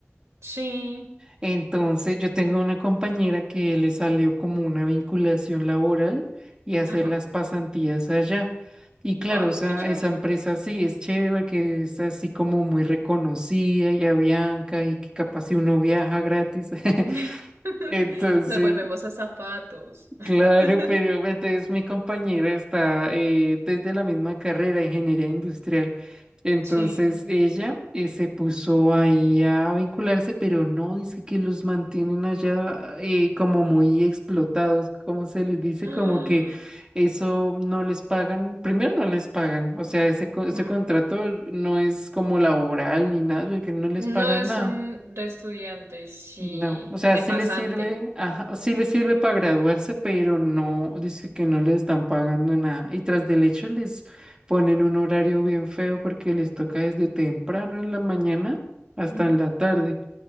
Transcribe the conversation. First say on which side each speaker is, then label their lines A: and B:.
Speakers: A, on the right; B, on the right.
A: sí,
B: Entonces, yo tengo una compañera que le salió como una vinculación laboral y hacer
A: ajá.
B: las pasantías allá. Y claro,
A: Ay,
B: esa,
A: qué chévere.
B: esa empresa sí es chévere, que es así como muy reconocida y a Bianca y que capaz si uno viaja gratis. <laughs>
A: <laughs>
B: Entonces,
A: Nos volvemos a zapatos.
B: Claro,
A: <laughs>
B: pero pues, entonces mi compañera está eh, desde la misma carrera, ingeniería industrial. Entonces
A: sí.
B: ella eh, se puso ahí a vincularse, pero no, dice que los mantienen allá eh, como muy explotados, como se les dice,
A: <gasps> Ah,
B: como que eso no les pagan, primero no les pagan, o sea, ese, co- ese
A: mm.
B: contrato no es como laboral ni nada, que no les
A: No
B: pagan
A: es
B: nada.
A: un de estudiante, sí,
B: No, o sea,
A: de
B: sí
A: pasante.
B: les sirve, ajá, sí les sirve para graduarse, pero no, dice que no les están pagando nada. Y tras del hecho les ponen un horario bien feo porque les toca desde temprano en la mañana hasta
A: Ujú.
B: en la tarde,